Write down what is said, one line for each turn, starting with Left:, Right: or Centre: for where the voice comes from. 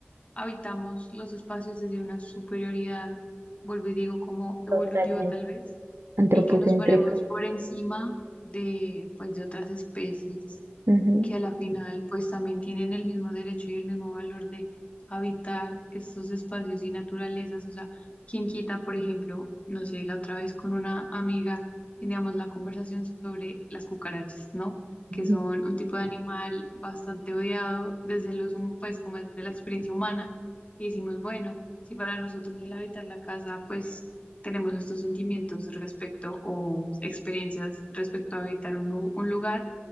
Left: habitamos los espacios desde una superioridad, vuelvo y digo, como evolutiva
Right: Totalmente.
Left: tal vez,
Right: Antropocéntrico.
Left: y que nos ponemos por encima de, pues, de otras especies
Right: Ujú.
Left: que a la final pues también tienen el mismo derecho y el mismo valor de habitar estos espacios y naturalezas. O sea, quien quita, por ejemplo, no sé, la otra vez con una amiga teníamos la conversación sobre las cucarachas, ¿no?
Right: Ujú.
Left: Que son un tipo de animal bastante odiado desde los, hum- pues como desde la experiencia humana. Y decimos, bueno, si para nosotros el habitar la casa, pues tenemos estos sentimientos respecto o experiencias respecto a habitar un lu- un lugar